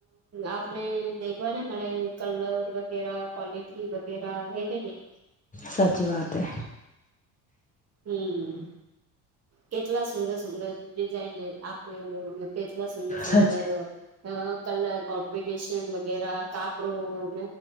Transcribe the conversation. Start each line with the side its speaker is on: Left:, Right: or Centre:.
Right: આપને દેખવા ન મળે કલર વગેરા ક્વોલિટી વગેરા હે કે ની
Left: સાચી વાત હે
Right: હમ કેટલા સુંદર સુંદર ડિઝાઇન આપે એવું કેટલા સુંદર સુંદર
Left: સાચી
Right: અ કલર કોમ્બિનેશન વગેરા કાપડું